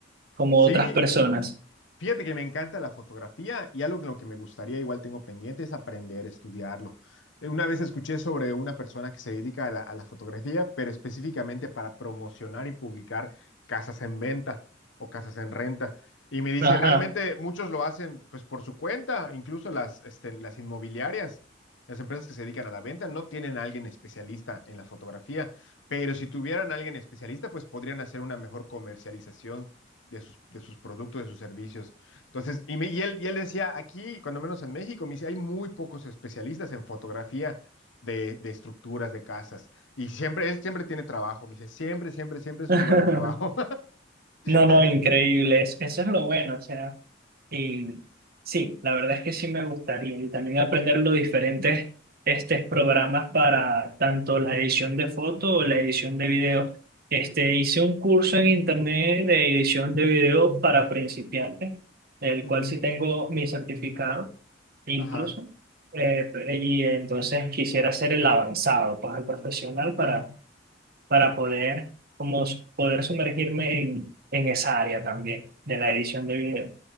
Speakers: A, on the right; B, on the left.
A: como
B: Sí,
A: otras personas.
B: Fíjate que me encanta la fotografía y algo que lo que me gustaría, igual tengo pendiente, es aprender, estudiarlo. Eh, Una vez escuché sobre una persona que se dedica a la, a la fotografía, pero específicamente para promocionar y publicar casas en venta o casas en renta. Y me dice,
A: Ajá.
B: realmente muchos lo hacen pues por su cuenta, incluso las, este, las inmobiliarias, las empresas que se dedican a la venta, no tienen a alguien especialista en la fotografía, pero si tuvieran a alguien especialista, pues podrían hacer una mejor comercialización de sus, de sus productos, de sus servicios. Entonces, y, me- y él, y él decía, aquí, cuando menos en México, me dice, hay muy pocos especialistas en fotografía de, de estructuras, de casas. Y siempre, él siempre tiene trabajo, me dice, siempre, siempre, siempre es
A: <laughs>
B: un lugar de trabajo.
A: No, no,
B: <laughs>
A: increíble. es- Eso es lo bueno, o sea. Y sí, la verdad es que sí me gustaría y también aprender los diferentes este, programas para tanto la edición de foto o la edición de video. Este, hice un curso en internet de edición de video para principiantes, el
B: Ujú,
A: cual sí tengo mi certificado incluso.
B: Ajá.
A: Eh, y entonces quisiera hacer el avanzado, pues el profesional para, para poder, como, s- poder sumergirme en, en esa área también de la edición de video.